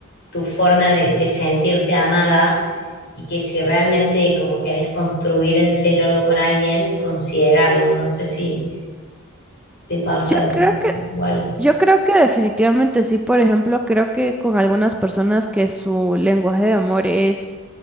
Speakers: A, on the left; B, in the centre.
A: tu forma de, de sentirte amada y que si realmente como querés construir en serio algo con alguien, considerarlo. No sé si te pasa
B: Yo
A: de repente
B: creo que,
A: igual.
B: yo creo que definitivamente sí, por ejemplo, creo que con algunas personas que su lenguaje de amor es